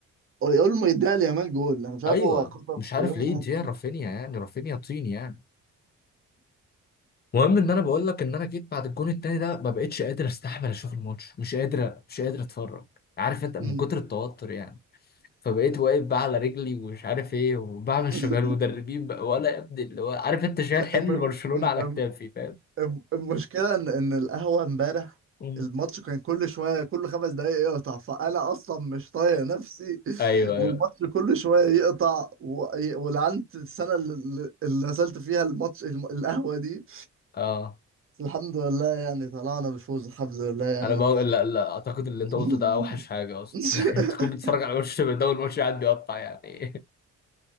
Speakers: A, on the right; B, on the left.
A: يقول ما يديها ليامال جول انا مش عارف
B: ايوه
A: هو قرر
B: مش عارف
A: يروح
B: ليه
A: الناحية
B: دي
A: التانية
B: رافينيا يعني رافينيا طين يعني المهم ان انا بقول لك ان انا جيت بعد الجون التاني ده ما بقتش قادر استحمل اشوف الماتش مش قادر مش قادر اتفرج عارف انت من
A: أمم.
B: كتر التوتر يعني فبقيت واقف بقى على رجلي ومش عارف ايه وبعمل
A: <laughs>
B: شبه المدربين بقى ولا يا ابني اللي هو عارف انت شايل حمل
A: الم-
B: برشلونة
A: الم-
B: على كتافي فاهم
A: الم- المشكلة إن إن القهوة إمبارح
B: مم.
A: الماتش كان كل شوية كل خمس دقايق يقطع فأنا أصلا مش طايق نفسي
B: ايوه
A: <laughs> والماتش
B: ايوه
A: كل شوية يقطع و- ولعنت السنة اللي اللي نزلت فيها الماتش الم- القهوة دي
B: اه
A: بس الحمد لله يعني طلعنا بفوز الحمد لله يعني
B: انا بقول لا لا اعتقد اللي انت
A: <laughs>
B: قلته ده اوحش حاجه اصلا <laughs> لكن بتكون بتتفرج على وش ده والوش قاعد بيقطع يعني